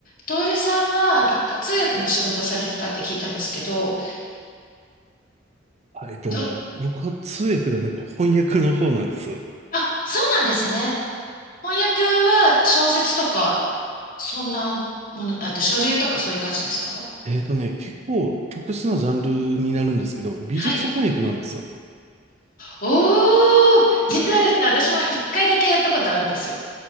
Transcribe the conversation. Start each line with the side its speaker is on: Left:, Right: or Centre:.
Left: トールさんは、なんか通訳の仕事をされてたって聞いたんですけど、
Right: あえっと、
Left: ど、
Right: 僕は通訳ではなく翻訳の方なんです。<laughs>
Left: あ、そうなんですね。翻訳は小説とか、そんなもの、あと書類とかそういう感じですか
Right: えっとね、結構特殊なジャンルになるんですけど、美術翻訳なんです。
Left: はい。おー、実はですね、私も一回だけやったことあるんですよ。